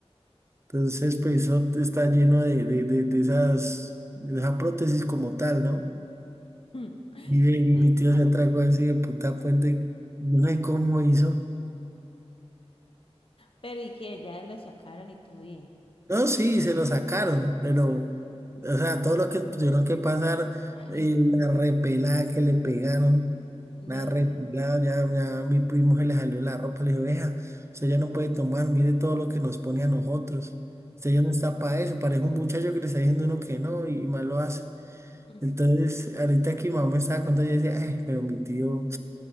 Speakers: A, on the right (about 25°); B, on the left (about 55°).
A: entonces pues eso está lleno de, de, de, de esas, de esa prótesis como tal, ¿no?
B: hmm.
A: Y, de- y mi
B: Sí.
A: tío se atragó así de puta puente, no sé cómo hizo.
B: Pero y que ya lo sacaron y todo bien.
A: No, sí, se lo sacaron, pero, o sea, todo lo que tuvieron que pasar,
B: Ay,
A: eh, la repelada que le pegaron,
B: no,
A: la repelada,
B: no, no.
A: ya, ya a mi primo se le salió la ropa, le dije, vea, usted ya no puede tomar, mire todo lo que nos pone a nosotros, usted ya no está para eso, parece un muchacho que le está diciendo uno que no y, y mal lo hace.
B: <laughs>
A: Entonces, ahorita que mi mamá me estaba contando, yo decía, ay, pero mi tío,